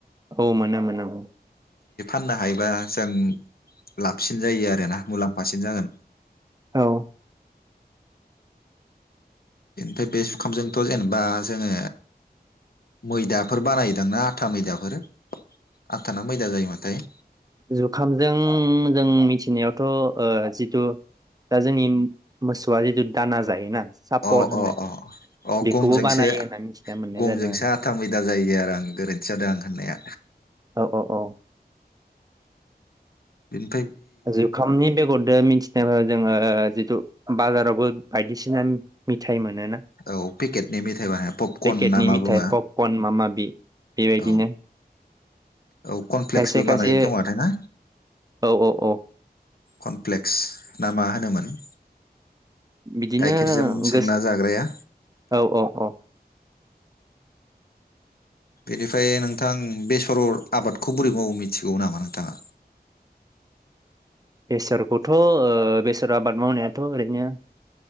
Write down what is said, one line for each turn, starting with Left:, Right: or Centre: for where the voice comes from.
Right: औ मोनो मोनो उम
Left: नो हायो बा जों उम लाबसिन जायो आरो ना मुलाम्फासिन जागोन।
Right: औ
Left: बेनिफ्राय बे जुखामजोंथ' जेनेबा जोङो मैदाफोर बानायदां ना आथा मैदाफोर आथा ना मैदा जायोमोनथाय?
Right: जुखामजों जों मिथिनायावथ' ओ जिथु दा जोंनि मोसौआ जिथु दाना जायोना। सापर
Left: अ
Right: होननाय
Left: अ अ अ
Right: बेखौबो
Left: गमजोंसो
Right: बानायो होनना मिथिना मोननाय
Left: गमजोंसो
Right: जादों आरो।
Left: आथा मैदा जायो आरो आं गोरोन्थि जादों आं होननाया।
Right: औ औ औ
Left: <unintelligible>
Right: जुखामनि बेगर ओ मिथिनाय जोङो जितु बाजारावबो बायदिसिना मिथाइमोन मोनो ना
Left: औ पेकेटनि मेथाइ बानाय पपकर्न
Right: पेकेटनि
Left: ना मा
Right: मिथाइ
Left: बुङो
Right: पपकर्न मामा माबि बेबायदिनो
Left: औ औ कनफ्लेक्सबो
Right: खायसे खायसे
Left: बानायो खोमाथाय ना?
Right: औ औ औ
Left: कनप्लेक्स ना मा होनोमोन?
Right: बिदिनो
Left: गाइखेरजों सोंना
Right: गोस औ
Left: जाग्राया
Right: औ औ
Left: बेनिफ्राय नोंथां बेसर आबादखौ बोरै मावो मिथिगौ नामा नोंथाङा।
Right: बेसरखौथ' बेसर आबाद मावनायाथ' ओरैनो